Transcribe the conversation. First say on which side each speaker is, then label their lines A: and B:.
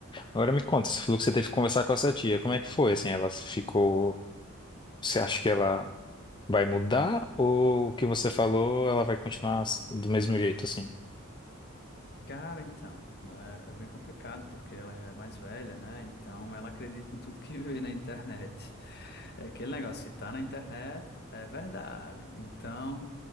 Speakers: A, on the left (about 20°); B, on the left (about 50°).
A: Agora me conta, você falou que você teve que conversar com essa tia. Como é que foi? Assim, ela ficou. Você acha que ela vai mudar ou o que você falou, ela vai continuar assim, do mesmo jeito, assim?
B: Cara, então, né, é bem complicado porque ela já é mais velha, né? Então ela acredita em tudo que <laughs> vê na internet. <laughs> É aquele negócio, se tá na internet, é verdade. Então